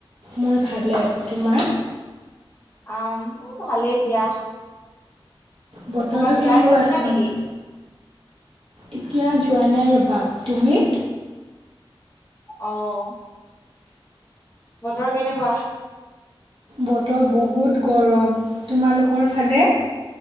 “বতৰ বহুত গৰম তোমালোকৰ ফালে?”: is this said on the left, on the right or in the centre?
Right